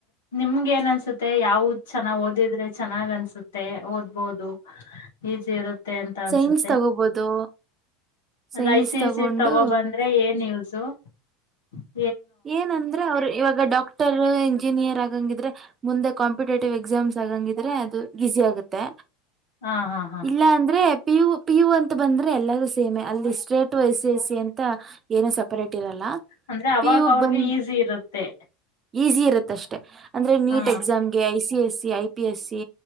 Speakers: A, on the left; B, on the right.
A: ನಿಮ್ಗೆ ಏನ್ ಅನ್ಸುತ್ತೆ ಯಾವ ಚೆನ್ನಾಗ್ ಓದಿದ್ರೆ ಚೆನ್ನಾಗ್ ಅನ್ಸುತ್ತೆ ಓದ್ಬೋದು ಈಸಿ ಇರುತ್ತೆ ಅಂತ ಅನ್ಸುತ್ತೆ
B: ಸೈನ್ಸ್ ತಗೋಬೋದು science
A: ಅಲ್ಲಿ I C
B: ತಗೊಂಡು
A: I C ತಗೋ ಬಂದ್ರೆ ಏನ್ಸು <inaudible>
B: ಏನಂದ್ರೆ ಅವರು ಇವಾಗ ಡಾಕ್ ಡಾಕ್ಟರ್ ಇಂಜಿನಿಯರ್ ಆಗಂಗಿದ್ರೆ ಮುಂದೆ ಕಾಂಪಿಟೇಟಿವ್ ಎಕ್ಸಾಮ್ಸ್ ಆಗಂಗಿದ್ರೆ ಅದು ಗಸಿ ಆಗುತ್ತೆ
A: ಹಾ ಹಾ ಹಾ
B: ಇಲ್ಲ ಅಂದ್ರೆ ಪಿ ಯು ಪಿ ಯು ಅಂತ ಬಂದ್ರೆ ಎಲ್ಲರೂ ಸೇಮೆ ಅಲ್ಲಿ state I C A C ಅಂತ ಏನು ಸಪರೇಟ್ ಇರಲ್ಲ.
A: ಅಂದ್ರೆ ಅವಾಗ
B: ಪಿ ಯು
A: ಅವ್ರಿಗೆ
B: ಬಂದ್
A: ಈಸಿ ಇರುತ್ತೆ.
B: ಈಸಿ ಇರುತ್ತಷ್ಟೆ ಅಂದ್ರೆ ನೀಟ್
A: ಹಾ
B: ಎಕ್ಸಾಮ ಗೆ I C S- C I P S C